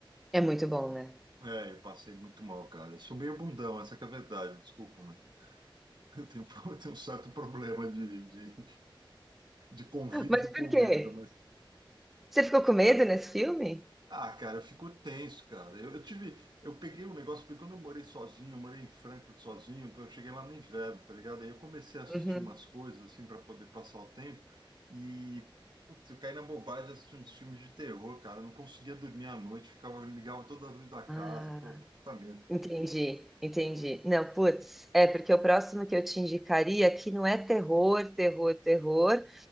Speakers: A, in the centre; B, on the right (about 55°).
A: É muito bom, né?
B: É, eu passei muito mal, cara. Eu sou meio bundão, essa que é a verdade, desculpa, mano. Eu tenho, <laughs> eu tenho um certo problema de, de, de convívio
A: <laughs> Mas por
B: com
A: quê?
B: o medo, mas
A: Você ficou com medo nesse filme?
B: Ah, cara, eu fico tenso, cara. Eu, eu tive, eu peguei um negócio, porque quando eu morei sozinho, eu morei em Frankfurt sozinho, eu cheguei lá no inverno, tá ligado? Aí eu comecei a assistir
A: Uhum.
B: umas coisas, assim, para poder passar o tempo, e, putz, eu caí na bobagem de assistir uns filmes de terror, cara. Eu não conseguia dormir à noite, ficava, ligava toda a luz da casa,
A: Ah,
B: pô, puta medo.
A: entendi, entendi. Não, putz, é porque o próximo que eu te indicaria que não é terror, terror, terror,